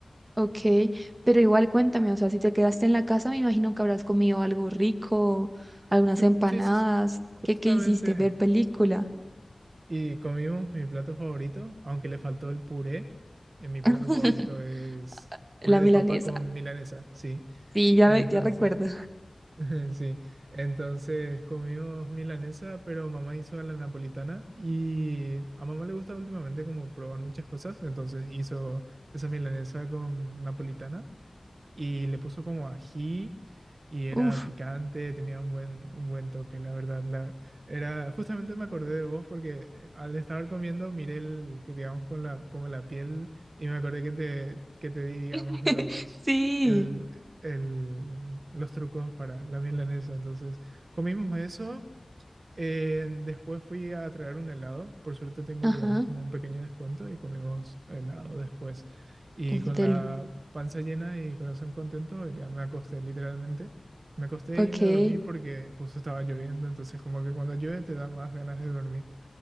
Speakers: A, on the right; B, on the right.
A: Ok, pero igual cuéntame, o sea, si te quedaste en la casa, me imagino que habrás comido algo rico, algunas
B: Sí,
A: empanadas.
B: sí, sí, sí, justamente.
A: ¿Qué, qué hiciste? ¿Ver película?
B: Y comimos mi plato favorito, aunque le faltó el puré. eh, mi plato
A: <laughs>
B: favorito es
A: La
B: puré
A: milanesa.
B: de papa con milanesa, sí.
A: Sí, ya,
B: Entonces,
A: ve- ya recuerdo.
B: <laughs> sí. Entonces comimos milanesa, pero mamá hizo a la napolitana y a mamá le gusta últimamente como probar muchas cosas. Entonces hizo esa milanesa con napolitana y le puso como ají y era
A: Uf,
B: picante, tenía un buen, un buen toque, la verdad. la- era, justamente me acordé de vos porque eh, al estar comiendo miré el, que digamos, con la, como la piel y me acordé que te, que te di, digamos,
A: <laughs>
B: los,
A: sí.
B: el, el- los trucos para la milanesa. Entonces, comimos eso. Eh, después fui a traer un helado. Por suerte tengo,
A: Ajá.
B: digamos, como un pequeño descuento y comimos helado después. Y
A: Uf,
B: con
A: deli.
B: la panza llena y corazón contento, ya me acosté literalmente. Me acosté
A: Ok,
B: y
A: qué
B: me dormí porque justo estaba lloviendo, entonces como que cuando llueve te da más ganas de dormir.